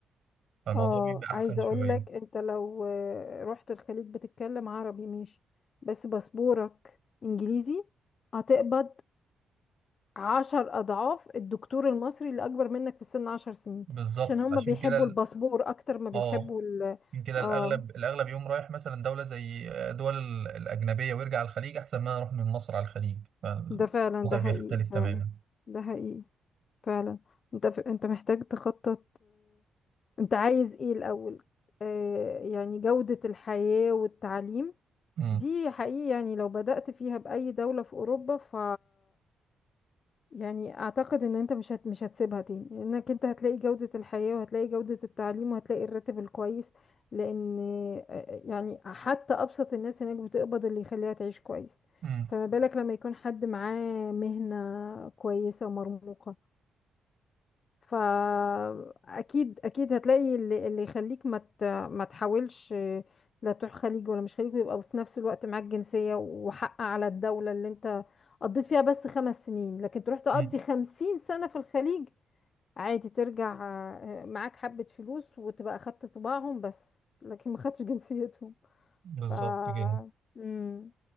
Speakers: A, on the right; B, on the left.
A: فالموضوع
B: اه
A: بيبقى
B: عايزه
A: أحسن شوية
B: اقول لك انت لو آه، رحت الخليج بتتكلم عربي ماشي بس باسبورك انجليزي هتقبض عشر اضعاف الدكتور المصري اللي اكبر منك في السن عشر سنين
A: بالظبط
B: عشان هما
A: فعشان
B: بيحبوا
A: كده ال-
B: الباسبور اكتر ما بيحبوا
A: اه
B: ال
A: عشان كده
B: اه
A: الاغلب الاغلب يقوم رايح مثلا دوله زي آه، دول ال- الاجنبيه ويرجع على الخليج احسن ما نروح من مصر على الخليج فالوضع
B: ده فعلا ده
A: بيختلف
B: حقيقي فعلا
A: تماما
B: ده حقيقي فعلا انت ف... انت محتاج تخطط انت عايز ايه الاول آه يعني جودة الحياة والتعليم
A: امم
B: دي حقيقي يعني لو بدأت فيها بأي دولة في أوروبا ف يعني أعتقد إن أنت مش هت... مش هتسيبها تاني لأنك أنت هتلاقي جودة الحياة وهتلاقي جودة التعليم وهتلاقي الراتب الكويس لأن آه، يعني حتى أبسط الناس هناك بتقبض اللي يخليها تعيش كويس
A: امم
B: فما بالك لما يكون حد معاه مهنة كويسة ومرموقة فاكيد اكيد هتلاقي اللي, اللي يخليك ما ت- ما تحاولش لا تروح خليج ولا مش خليج ويبقى في نفس الوقت معاك جنسية وحق على الدولة اللي انت قضيت فيها بس خمس سنين لكن تروح تقضي
A: أمم.
B: خمسين سنة في الخليج عادي ترجع آه، معاك حبة فلوس وتبقى أخدت طباعهم بس لكن ما خدتش جنسيتهم
A: بالظبط
B: ف
A: كده
B: مم.